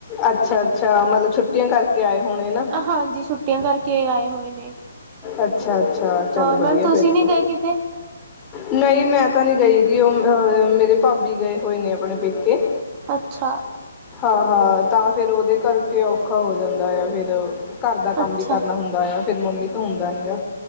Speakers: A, on the left; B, on the right.
A: ਅੱਛਾ- ਅੱਛਾ ਮਤਲਬ ਛੁੱਟੀਆਂ ਕਰਕੇ ਆਏ ਹੋਣੇ ਨਾ?
B: ਹਾਂਜੀ, ਛੁੱਟੀਆਂ ਕਰਕੇ ਆਏ ਹੋਏ ਨੇ।
A: ਅੱਛ-ਅੱਛਾ, ਚੱਲ
B: ਹੋਰ ਮੈਮ
A: ਵਧੀਆ
B: ਤੁਸੀਂ
A: ਫਿਰ
B: ਨੀ
A: ਤਾਂ।
B: ਗਏ ਕਿਤੇ?
A: ਨਹੀਂ, ਮੈਂ ਤਾਂ ਨਹੀ ਗਈ ਵੀ, ਜੀ ਉਹ ਮੇਰੇ ਭਾਬੀ ਗਏ ਹੋਏ ਨੇ ਆਪਣੇ ਪੇਕੇ।
B: ਅੱਛਾ?
A: ਹਾਂ- ਹਾਂ, ਤਾਂ ਫਿਰ ਉਹਦੇ ਕਰਕੇ 'ਔਖਾ ਹੋ ਜਾਂਦਾ ਆ ਫਿਰ ਮਤਲਬ ਘਰ ਦਾ ਕੰਮ
B: ਅੱਛਾ,
A: ਵੀ ਕਰਨਾ ਹੁੰਦਾ ਆ, ਫਿਰ ਮੰਮੀ ਤੋ ਹੁੰਦਾ ਨੀ ਆ।